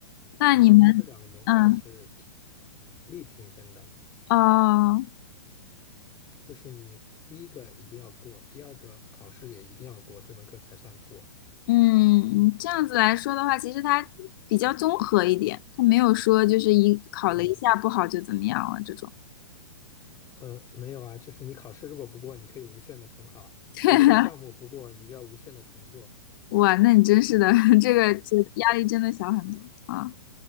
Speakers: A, on the left; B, on the left.
A: 那你们，
B: 然后它这两个模块是
A: 嗯，
B: 独立评分的，
A: 哦，
B: 就是你第一个一定要过，第二个考试也一定要过，这门课才算过。
A: 嗯，这样子来说的话，其实它比较综合一点，它没有说就是一考了一下不好就怎么样了这种。
B: 嗯，呃，没有啊，就是你考试如果不过，你可以无限的重考；
A: <laughs> 对。
B: 你那个项目不过，你就要无限的重做。
A: 哇，那你真是的，<laughs> 这个就压力真的小很多啊。